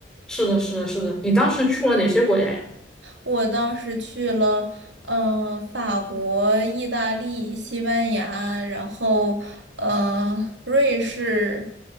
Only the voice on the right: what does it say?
我当时去了，呃，法国、意大利、西班牙，然后呃，瑞士，